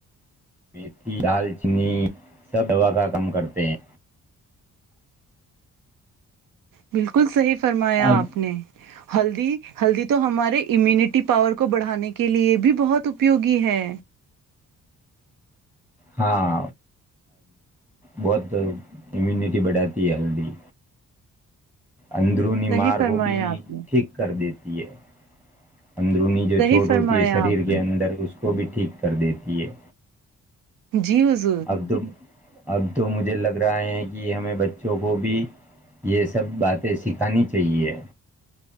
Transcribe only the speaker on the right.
بالکل صحی فرمایا
آپ نے ہلدی ہلدی تو ہمارے امیونٹی پاور کو بڑھانے کے لیے بھی بہت اپیوگی ہے
صحیح
فرمایا
آپ نے
صحیح
فرمایا
آپ
نے
جی وض